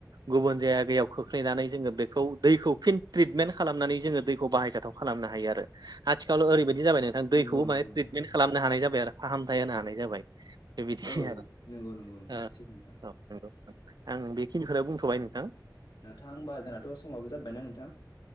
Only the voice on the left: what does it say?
नंगौ नंगौ
नोंथां
हायो
औ औ
नंगौ नंगौ नोंथां
सैथो नोंथां
नोंथां ओमबा जोंनाथ' समाबो जाबायना नोंथां